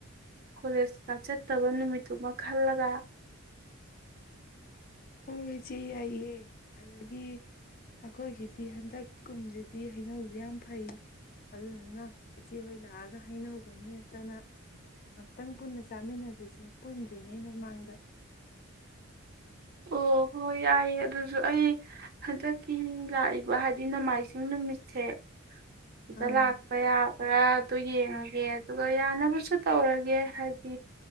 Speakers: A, on the right (about 45°); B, on the left (about 45°).
A: ꯀꯣꯂꯦꯖ ꯀꯩꯀꯥ ꯆꯠꯇꯕ ꯅꯨꯃꯤꯠꯇꯨꯃ ꯈꯜꯂꯒ
B: ꯍꯣꯏ ꯏꯆꯦ ꯌꯥꯏꯌꯦ ꯑꯗꯒꯤ ꯑꯩꯈꯣꯏꯒꯤꯗꯤ ꯍꯟꯗꯛ ꯀꯨꯝꯁꯤꯗꯤ ꯍꯩꯅꯧꯁꯤ ꯌꯥꯝ ꯐꯩ ꯑꯗꯨꯗꯨꯅ ꯏꯆꯦꯍꯣꯏ ꯂꯥꯛꯑꯒ ꯍꯩꯅꯒ ꯃꯦꯠꯇꯅ ꯑꯝꯇꯪ ꯄꯨꯟꯅ ꯆꯥꯃꯤꯟꯅꯁꯤꯁꯦ ꯄꯨꯟꯗ꯭ꯔꯤꯉꯩ ꯃꯃꯥꯡꯗ
A: ꯑꯣ ꯍꯣꯏ ꯌꯥꯏ ꯑꯗꯨꯁꯨ ꯑꯩ ꯍꯟꯗꯛꯀꯤ ꯂꯥꯛꯏꯕ ꯍꯥꯏꯗꯤ ꯅꯣꯡꯃꯥꯏꯖꯤꯡ ꯅꯨꯃꯤꯠꯁꯦ ꯁꯤꯗ
B: ꯑꯥ
A: ꯂꯥꯛꯄ ꯌꯥꯕ꯭ꯔꯥ ꯇꯨ ꯌꯦꯡꯉꯒꯦ ꯑꯗꯨꯒ ꯌꯥꯅꯕꯁꯨ ꯇꯧꯔꯒꯦ ꯍꯥꯏꯗꯤ